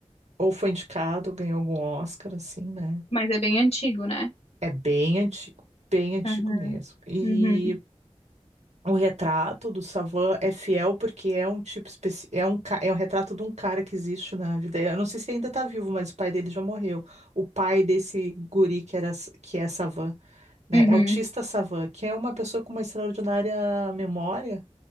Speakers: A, on the right; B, on the left.
A: ou foi indicado, ganhou algum Oscar, assim, né?
B: Mas é bem antigo, né?
A: É bem antigo, bem antigo
B: Aham.
A: mesmo. E
B: Uhum.
A: O retrato do Savan é fiel porque é um tipo especi... é um ca- é um retrato de um cara que existe na vida. Eu não sei se ainda tá vivo, mas o pai dele já morreu. O pai desse guri que era que é Savan, né?
B: Uhum.
A: é Autista Savan, que é uma pessoa com uma extraordinária memória.